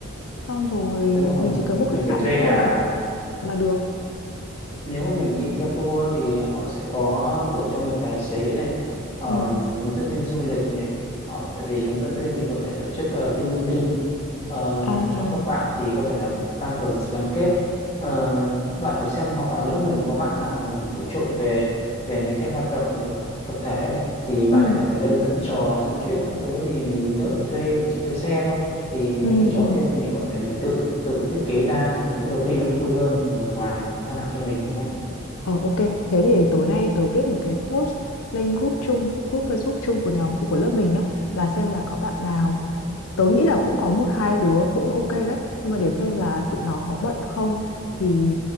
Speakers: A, on the left; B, on the left.
A: xong rồi
B: Đúng rồi,
A: mình chỉ cần book
B: mình
A: khách sạn
B: phải thuê
A: nữa thôi
B: cả
A: là là được
B: nếu mà mình đi theo tour thì họ sẽ có cử cho mình tài xế này ờm,
A: ừ
B: hướng dẫn viên du lịch này họ tại vì hướng dẫn viên thì có thể tổ chức ờ, team building ờ,
A: à
B: cho các bạn thì có thể là tăng cường sự gắn kết Ờ, bạn thử xem hoặc là lớp mình có bạn nào mà mình nổi trội về về mấy cái hoạt động kiểu tập thể ấy, thì bạn
A: ừ
B: ấy có thể lên dẫn trò dẫn chuyện các thứ thì mình đỡ phải thuê mình chỉ thuê xe thôi thì mấy
A: ừ
B: cái trò
A: ừ
B: kia thì mình có thể mình tự tự thiết kế ra thì nó có đôi khi nó cũng vui hơn là người ngoài người ta làm cho mình đúng không
A: Ờ ok, thế thì để tối nay tớ viết một cái post lên group chung, group Facebook chung của nhóm của lớp mình nhá, là xem là có bạn nào. Tớ nghĩ là cũng có một hai đứa cũng ok đấy, nhưng mà để xem là tụi nó có bận không thì